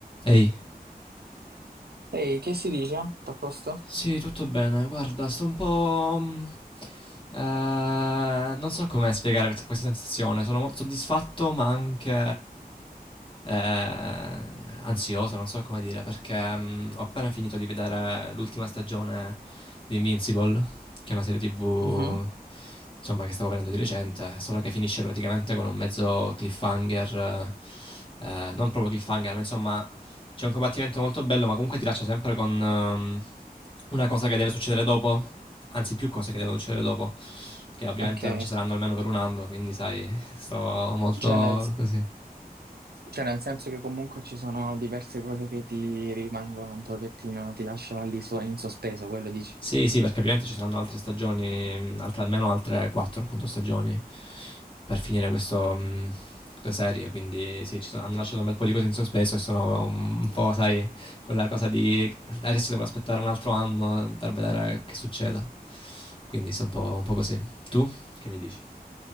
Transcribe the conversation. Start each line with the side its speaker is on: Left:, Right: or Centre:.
Left: Ehi,
Right: Ehi, che si dice? Tutto a posto?
Left: sì, tutto bene. Guarda, sto un po'... mm, eh, non so come spiegare questa, questa sensazione. Sono molto soddisfatto, ma anche eh, ansioso, non so come dire, perché mm, ho appena finito di vedere l'ultima stagione di Invincible, che è una serie TV,
Right: Mhm,
Left: insomma, che stavo vedendo di recente, solo che finisce praticamente con un mezzo cliffhanger. eh, non proprio cliffhanger, ma insomma, C'è un combattimento molto bello, ma comunque ti lascia sempre con ehm, una cosa che deve succedere dopo, anzi più cose che devono succedere dopo, che ovviamente
Right: Ok,
Left: non ci saranno almeno per un anno, quindi sai, sto molto
Right: cioè nel,
Left: così.
Right: cioè nel senso che comunque ci sono diverse cose che ti rimangono un pochettino, ti lasciano lì so- in sospeso, quello dici?
Left: Sì, sì, perché ovviamente ci saranno altre stagioni, mm, altre- almeno altre quattro appunto stagioni per finire questo, mh, questa serie, quindi sì, ci sono- hanno lasciato un bel po' di cose in sospeso e sono un po', sai, quella cosa di adesso devo aspettare un altro anno per vedere che succeda. Quindi sono un po', un po' così. Tu che mi dici?